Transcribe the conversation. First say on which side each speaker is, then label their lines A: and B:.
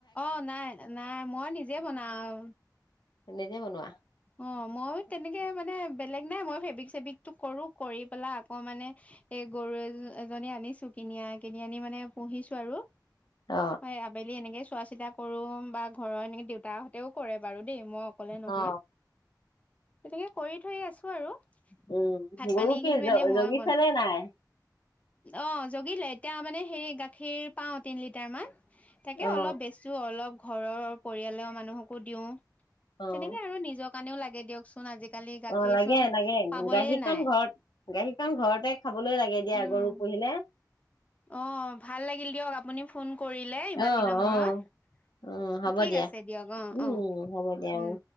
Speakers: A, on the left (about 20°); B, on the left (about 80°).
A: অ নাই নাই মই নিজে বনাও
B: নিজে বনোৱা
A: অ মই তেনেকে মানে বেলেগ নাই মই ফেব্ৰিক চেব্ৰিকটো কৰো কৰি পেলাই আকৌ মানে এই গৰু এ এজনী আনিছো কিনি কিনি আনি মানে পুহিছো আৰু
B: অ
A: হয় আবেলি এনেকে চোৱা চিতা কৰো বা ঘৰৰ এনেকে দেউতাহঁতেও কৰে বাৰু দেই মই অকলে
B: অ
A: নহয় তেনেকে কৰি ধৰি আছো আৰু।
B: উম
A: ভাত
B: গৰু
A: পানী
B: কি
A: কিন্তু
B: জ
A: এনে মই
B: জগিছে
A: বন
B: নে নাই।
A: অ জগিলে এতিয়া মানে হেৰি গাখীৰ পাও তিনি লিটাৰ মান। তাকে
B: অ
A: অলপ বেচো অলপ। ঘৰৰ পৰিয়ালৰ মানুহকো দিওঁ।
B: অ
A: তেনেকে আৰু নিজ। কাৰণেও লাগে দিয়কচোন। আজিকালি গাখীৰচোন
B: অ লাগে লাগে
A: পাবলে
B: গাখীৰকন
A: নাই
B: ঘৰত গাখীৰকন ঘৰতে খাবলৈ লাগে দিয়া
A: উম
B: গৰু পুহিলে।
A: অ ভাল লাগিল দিয়ক আপুনি ফোন কৰিলে ইমান
B: অ
A: দিনৰ মূৰত
B: অ অ হ'ব
A: ঠিক
B: দিয়া
A: আছে দিয়ক অ
B: উম
A: অ
B: হ'ব দিয়া অ
A: উম।